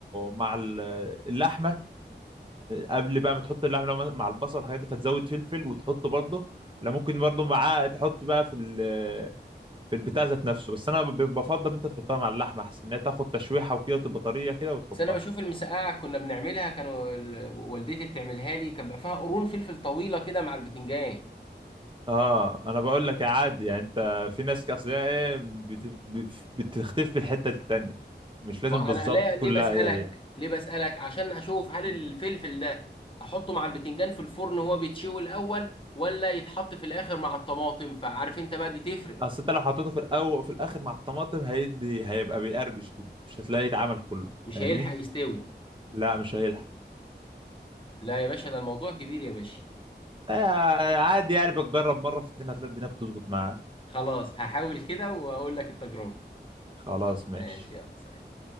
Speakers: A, on the right (about 25°); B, on the left (about 30°).
A: مع ال- اللحمه قبل بقى ما تحط اللحمه لو مع البصل والحاجات دي فتزود فلفل وتحطه برضه لا ممكن برضه معاه تحط بقى في ال... في البتاع ذات نفسه بس انا ب- بفضل ان انت تحطها مع اللحمه احسن ان هي تاخد تشويحه وكده وتبقى طريه كده وتحطها
B: بس انا بشوف المسقعه كنا بنعملها كانوا ال- والدتي بتعملها لي كان بقى فيها قرون فلفل طويله كده مع البتنجان
A: اه انا بقول لك يا عادي يعني انت في ناس اصل هي ايه بت... بت- بتختفي في الحته التانيه مش لازم
B: ما
A: بالظبط
B: انا ليه
A: كلها
B: ليه بسالك
A: هي
B: ليه بسالك عشان اشوف هل
A: هي
B: الفلفل ده احطه مع البتنجان في الفرن وهو بيتشوي الاول ولا يتحط في الاخر مع الطماطم فعارف انت بقى دي تفرق
A: اصل انت لو حطيته في الاول في الاخر مع الطماطم هيدي هيبقى بيقرمش كده مش هتلاقي اتعمل كله
B: مش
A: فاهمني
B: هيلحق يستوي
A: لا مش هيلحق
B: لا يا باشا ده الموضوع كبير يا باشا
A: آه، عادي يعني بتجرب مره في اتنين هتلاقي الدنيا بتظبط معاه
B: خلاص هحاول كده واقول لك التجربة
A: خلاص ماشي
B: ماشي يلا سلام